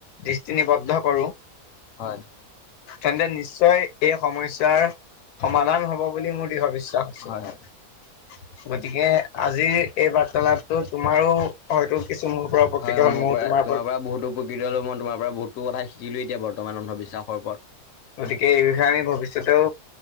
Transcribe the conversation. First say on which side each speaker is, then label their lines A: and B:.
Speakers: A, on the left (about 80°); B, on the left (about 65°).
A: দৃষ্টি নিবদ্ধ কৰো
B: হয়
A: তেন্তে নিশ্চয় এই সমস্যাৰ সমাধান হব বুলি ভাবিছোঁ <unintelligible>
B: হয় হয়।
A: গতিকে আজিৰ এই বাৰ্তালাপটো তোমাৰো হয়তো কিছু মোৰ পৰা উপকৃত
B: হয়
A: হ'ল
B: মোৰ
A: ময়ো
B: পৰা
A: তোমাৰ
B: তোমাৰ পৰা বহুতো প্ৰকৃত হলো মই তোমাৰ পৰা বহুতো কথা শিকিলো এতিয়া বৰ্তমান অন্ধবি্বাসৰ ওৰত
A: গতিকে এই বিষয়ে আমি ভৱিষ্যতেও